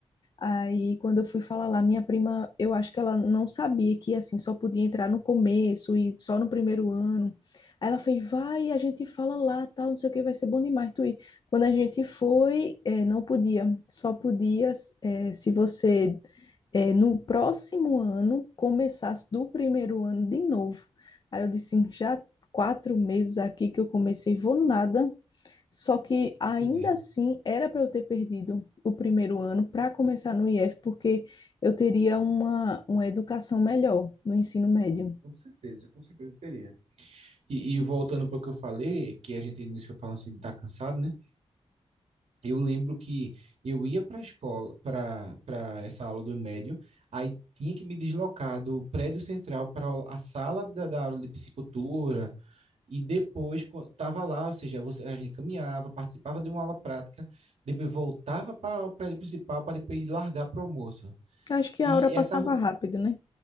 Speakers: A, on the left; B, on the right.
A: Aí quando eu fui falar lá, minha prima, eu acho que ela não sabia que assim só podia entrar no começo e só no primeiro ano. Aí ela fez, vai, a gente fala lá, tal, não sei o que, vai ser bom demais tu ir. Quando a gente foi, eh, não podia, só podia eh, se você é, no próximo ano começasse do primeiro ano de novo. Aí eu disse, já quatro meses aqui que eu comecei, vou nada. Só que ainda
B: entendi.
A: assim era para eu ter perdido o primeiro ano para começar no IF, porque eu teria uma, uma educação melhor no ensino médio.
B: com certeza, com certeza teria. E, e voltando para o que eu falei, que a gente iniciou falando assim de estar cansado, né? Eu lembro que eu ia para a escola, para para essa aula do médio, aí tinha que me deslocar do prédio central para a sala da, da aula de psicultura, e depois estava lá, ou seja, você, a gente caminhava, participava de uma aula prática, depois voltava para o prédio principal para depois ir largar para o almoço.
A: Acho que
B: E
A: a hora passava
B: essa ro-
A: rápido, né?